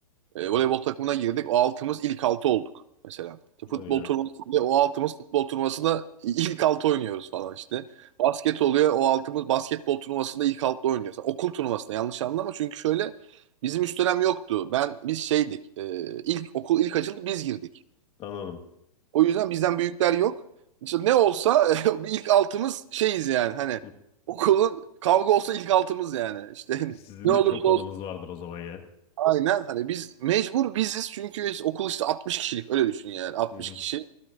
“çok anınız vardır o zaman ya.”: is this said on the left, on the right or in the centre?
Left